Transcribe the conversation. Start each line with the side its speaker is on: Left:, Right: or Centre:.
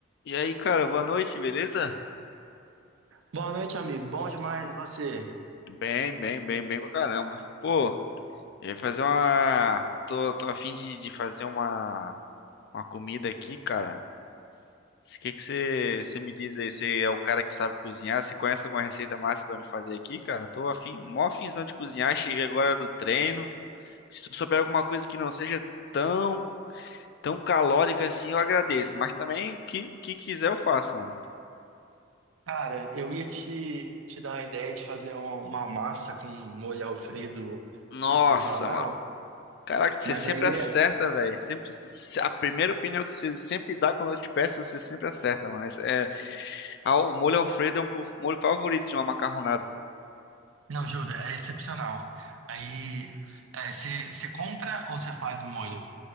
Left: E aí, cara, boa noite, beleza?
Right: Boa noite, amigo. Bom demais você.
Left: Bem, bem, bem, bem pra caramba. Pô, eu ia fazer uma. Tô, tô a fim de, de fazer uma, uma comida aqui, cara. O que que você você me diz aí? Você é o cara que sabe cozinhar? Você conhece alguma receita massa pra me fazer aqui, cara? Tô afim, mó afinzão de cozinhar. Cheguei agora do treino. Se tu souber alguma coisa que não seja tão, tão calórica assim, eu agradeço. Mas também, o que, que quiser eu faço, mano.
Right: Cara, eu ia te, te dar a ideia de fazer uma, uma massa com molho Alfredo
Left: Nossa,
Right: artesanal,
Left: mano. Caraca, você
Right: mas
Left: sempre
Right: aí
Left: acerta,
Right: é.
Left: velho. Sempre se- a primeira opinião que você sempre dá quando eu te peço, você sempre acerta, mano. Esse É, ah, o molho Alfredo é o meu molho favorito de uma macarronada.
Right: Não, juro, é excepcional. Aí, é, você você compra ou você faz o molho?